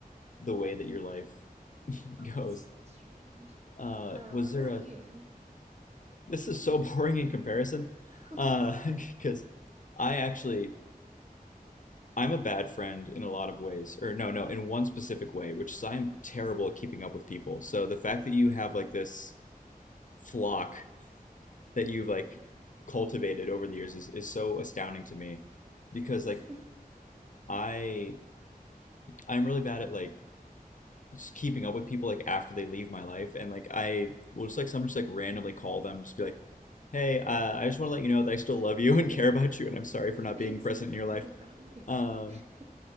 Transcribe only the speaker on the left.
the way that your life
<laughs> goes.
Uh,
was
there a,
This is so <laughs> boring in comparison,
uh,
<laughs> because I actually I'm a bad friend in a lot of ways, or no, no, in one specific way, which is I'm terrible at keeping up with people. So the fact that you have like this flock that you've like cultivated over the years is, is so astounding to me because
like I I'm really bad at like just keeping up with people like after they leave my life and like I will just like someone just like randomly call them just be like hey uh, I just want to let you know that I still love you <laughs> and care about you and I'm sorry for not
being
present in your
life
um